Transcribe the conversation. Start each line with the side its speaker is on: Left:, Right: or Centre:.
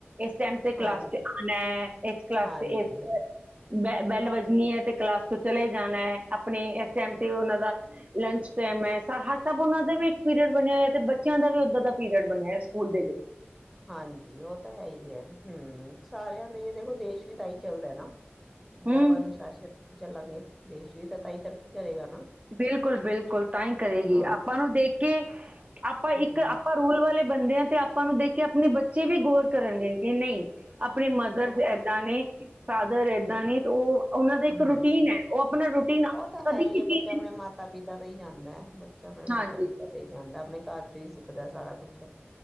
Right: ਇਸ ਟਾਈਮ ਤੇ ਕਲਾਸ
Centre: ਹਾਂ
Right: ਚ ਆਉਣਾ ਹੈ ਇਸ ਕਲਾਸ
Centre: ਹਾਂਜੀ
Right: ਚ ਇਸ ਬ ਬੈਲ ਵੱਜਣੀ ਹੈ ਤੇ ਕਲਾਸ ਤੋਂ ਚਲੇ ਜਾਣਾ ਹੈ ਆਪਣੇ ਟਾਈਮ ਤੇ ਉਹਨਾਂ ਦਾ, ਲੰਚ ਟਾਈਮ ਹੈ ਹਰ ਸਭ ਉਹਨਾਂ ਦਾ ਵੀ ਇੱਕ ਪੀਰੀਅਡ ਬਣਿਆ ਹੋਇਆ ਤੇ ਬੱਚਿਆਂ ਦਾ ਵੀ ਉੱਦਾਂ ਦਾ ਪੀਰੀਅਡ ਬਣਿਆ ਹੋ ਸਕੂਲ ਦੇ ਵਿੱਚ
Centre: ਹਾਂਜੀ ਉਹ ਤਾਂ ਹੈ ਹੀ ਹੈ, ਹੂ ਸਾਰਿਆਂ ਦੇ ਦੇਖੋ ਦੇਸ਼ ਵੀ ਤਾਂ ਹੀ ਚੱਲਦਾ ਨਾ ਜੇ
Right: ਹਮ
Centre: ਆਪਾਂ ਅਨੁਸ਼ਾਸਨ ਚੱਲਾਂਗੇ ਦੇਸ਼ ਵੀ ਤਾਂ ਤਾਹੀਂ ਤਰੱਕੀ ਕਰੇਗਾ ਨਾ
Right: ਬਿਲਕੁਲ-ਬਿਲਕੁਲ ਤਾਂ ਹੀ ਕਰੇਗੀ,
Centre: ਹਾਂ
Right: ਆਪਾਂ ਨੂੰ ਦੇਖ ਕੇ ਆਪਾਂ
Centre: ਹਮ
Right: ਇੱਕ ਆਪਾਂ ਰੂਲ ਵਾਲੇ ਬੰਦੇ ਆ ਤੇ ਆਪਾਂ ਨੂੰ ਦੇਖ ਕੇ ਆਪਣੇ ਬੱਚੇ ਵੀ ਗੌਰ ਕਰਨਗੇ ਕਿ ਨਹੀਂ ਆਪਣੇ ਮਦਰ ਇੱਦਾਂ ਨੇ ਫਾਦਰ ਏਦਾਂ ਨੀ ਤੇ ਉਹ ਉਹਨਾਂ ਦਾ ਇੱਕ
Centre: ਹਾਂਜੀ
Right: ਰੂਟੀਨ ਹੈ, ਉਹ ਆਪਣਾ ਰੂਟੀਨ
Centre: ਉਹ ਤਾਂ
Right: ਕਦੀਕਿਸੀ
Centre: ਹੈ ਹੀ ਹੈ ਬੱਚਾ ਆਪਣੇ ਮਾਤਾ ਪਿਤਾ ਤੇ ਈ ਜਾਂਦਾ ਏ ਬੱਚਾ, ਆਪਣੇ
Right: ਹਾਂਜੀ
Centre: ਮਾਤਾ ਪਿਤਾ ਤੇ ਈ ਜਾਂਦਾ, ਆਪਣੇ ਘਰ ਚੋਂ ਈ ਸਿੱਖਦਾ। ਸਾਰਾ ਕੁਛ।